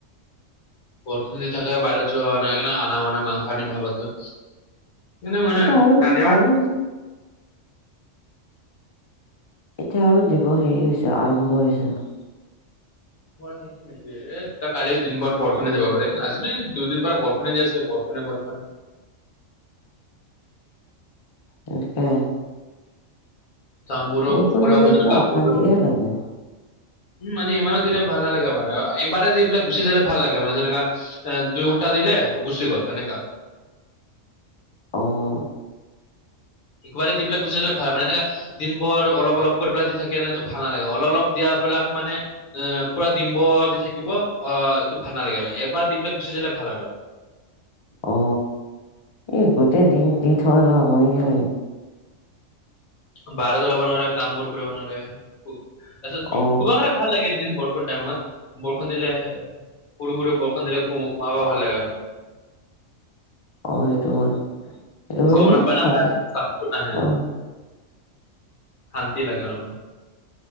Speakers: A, on the left; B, on the left.
A: বৰষুণ দি থাকে বাহিৰত যোৱা হোৱা নাই সেইকাৰণে আনা হোৱা নাই মাংস আনিম ভাব আছিল। এনেই মানে
B: এতিয়া
A: <unintelligible>
B: আৰু আৰু এতিয়া আৰু দিব হেৰি হৈছে আৰম্ভ হৈছে আও।
A: মই ভাবিছো নেকি? এ ত কালি দিন বাৰ বৰষুণে দিব পাৰে, আজি দুইদিন পৰা বৰষুণে দি আছে বৰষুণে বৰষুণ।
B: তাকে,
A: কামবোৰো
B: বৰষূণ
A: কৰিব
B: দিলে
A: খুজিলো
B: কিবা
A: কামবোৰ
B: অশান্তিয়ে
A: কৰিব
B: লাগে।
A: উম মানে ইমানো দিলে ভাল নালাগে মানে, একবাৰে দিপেলাই গুচি যালে ভাল লাগে মানে যেনেকা - দুই ঘণ্টা দিলে গুচি গ'ল এনেকা।
B: অ। '
A: একবাৰে দি পেলাই গুচি গলে ভাল মানে। এনেকে দিনভৰ অলপ অলপ কৰি পেলাই দি থাকিলে টো ভাল নালাগে অলপ অলপ - দিয়া বিলাক মানে এ- পুৰা দিন ভৰ দি থাকিব, অ এইটো ভাল নালাগে আৰু, এবাৰ দি পেলাই গুচি যালে ভাল আৰু।
B: অ এই গোটেই দিন দি থকাতো আমনিহে লাগে।
A: বাহিৰত ওলাব নোৱাৰে কাম বোৰ কৰিব নোৱাৰে। শু তাৰ পিছত
B: অ
A: শুব কাৰণে ভাল লাগে লেকিন বৰষুণ টাইমত। বৰষুণ দিলে, সৰু সৰু বৰষুণ দিলে ঘুমাবা ভাল লাগে আৰু।
B: অ' সেইটো হয়। এইটো
A: গম
B: এই
A: নাপায়
B: ছাতি
A: ন <unintelligible> নাহে,
B: অ
A: শান্তি লাগে মানে মন।